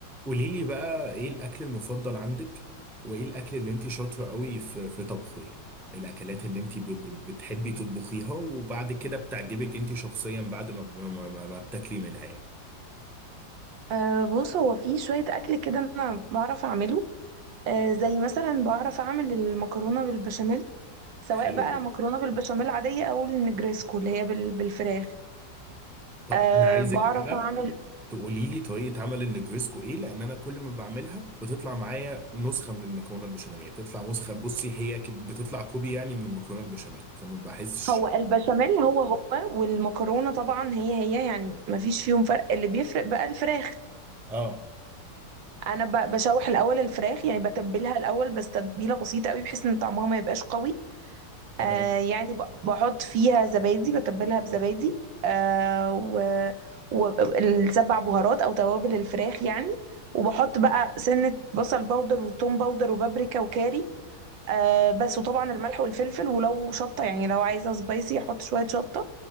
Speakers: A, in the centre; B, on the right.
A: قولي لي بقى ايه الاكل المفضل عندك وايه الاكل اللي انت شاطره قوي في في طبخه يعني الاكلات اللي انت ب- ب- بتحبي تطبخيها وبعد كده بتعجبك انت شخصيا بعد ما ب- ما, ما ما بتاكلي منها يعني
B: أه بص هو في شوية أكل كده أنا بعرف أعمله أه زي مثلا بعرف أعمل المكرونة بالبشاميل سواء
A: حلو
B: بقى
A: قوي
B: مكرونة بالبشاميل عادية أو النجريسكو اللي هي بال- بالفراخ
A: طب
B: أه
A: انا عايزك
B: بعرف
A: بقى
B: أعمل
A: تقولي لي طريقه عمل النجريسكو ايه لان انا كل ما بعملها بتطلع معايا نسخه من المكرونه البشاميل يعني، بتطلع نسخه بصي هي ك- بتطلع كوبي يعني من المكرونه البشاميل فما بحسش
B: هو البشاميل هو هو والمكرونة طبعا هي هي يعني مفيش فيهم فرق اللي بيفرق بقى الفراخ
A: اه
B: أنا ب- بشوح الأول الفراخ يعني بتبلها الأول بس تتبيلة بسيطة قوي بحيث إن طعمها ما يبقاش قوي
A: تمام
B: آه يعني ب- بحط فيها زبادي بتبلها بزبادي آه و والسبع بهارات او توابل الفراخ يعني وبحط بقى سنة بصل باودر وثوم باودر وبابريكا وكاري آه بس وطبعا الملح والفلفل ولو شطة يعني لو عايزة سبايسي احط شوية شطة